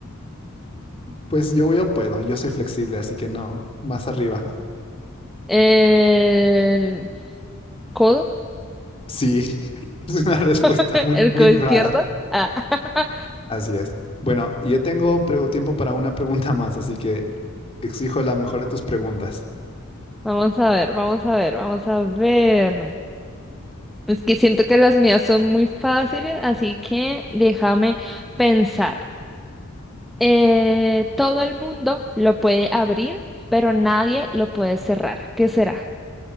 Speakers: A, on the left; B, in the centre.
A: Pues yo, yo puedo, yo soy flexible, así que no, más arriba.
B: El codo,
A: Sí, <laughs> es una respuesta
B: <laughs>
A: muy,
B: el
A: muy
B: codo
A: rara.
B: izquierdo. Ah. <laughs>
A: Así es. Bueno, y yo tengo pregu- tiempo para una pregunta más, así que exijo la mejor de tus preguntas.
B: Vamos a ver, vamos a ver, vamos a ver. Es que siento que las mías son muy fáciles, así que déjame pensar. Eh, todo el mundo lo puede abrir, pero nadie lo puede cerrar. ¿Qué será?